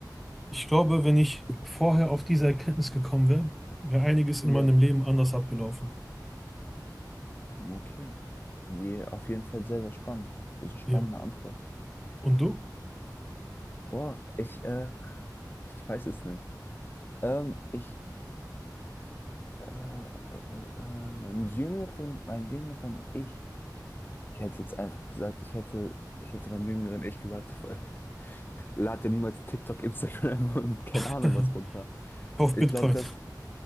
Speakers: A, in the centre; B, on the left.
A: ich glaube, wenn ich vorher auf diese Erkenntnis gekommen wäre, wäre einiges in
B: Ja.
A: meinem Leben anders abgelaufen.
B: Okay. Je, auf jeden Fall sehr, sehr spannend. Also spannende
A: Ja.
B: Antwort.
A: Und du?
B: Boah, ich, äh, ich weiß es nicht. Ähm, ich, äh, äh, äh, meinem jüngeren, mein jüngeren Ich. Ich hätte jetzt einfach gesagt, ich hätte, ich hätte meinem jüngeren Ich gesagt, <laughs> lad dir niemals TikTok, Instagram <laughs> und keine
A: <laughs>
B: Ahnung was runter.
A: Kauf
B: Ich
A: Bitcoin.
B: glaube, das,